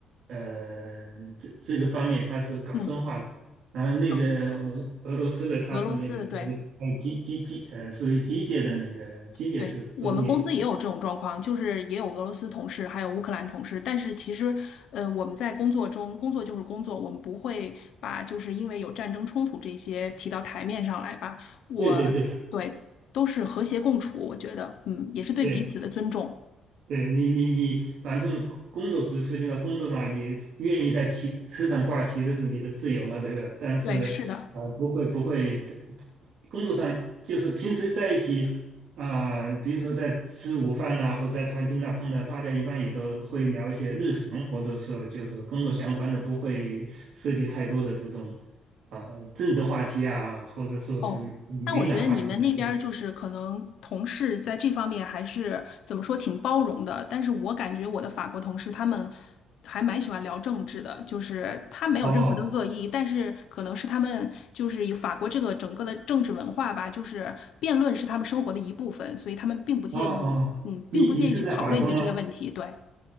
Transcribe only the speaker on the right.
呃，这这个方面它是搞生化的，
然后那个我俄罗斯的它是那个
呃机机机呃属于机械的那个机械师，
所以
对对对
对，对你，你你反正工作只涉及到工作嘛，你愿意在旗车上挂旗，这是你的自由嘛，对不对？但是啊、
呃不会不会在工作上，就是平时在一起啊、比如说在吃午饭呐、或者在餐厅呐、碰到，大家一般也都会聊一些日常，或者说就是说工作相关的，不会涉及太多的这种啊、政治话题啊，或者说是敏感话题啊。
哦
哦哦，
你你是在法国吗？